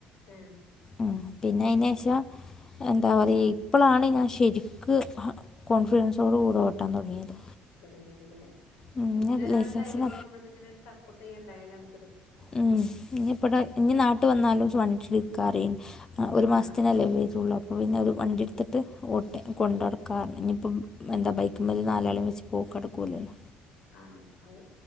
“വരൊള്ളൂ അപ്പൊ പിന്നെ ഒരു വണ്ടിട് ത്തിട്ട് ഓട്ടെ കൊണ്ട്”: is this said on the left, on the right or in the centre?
Left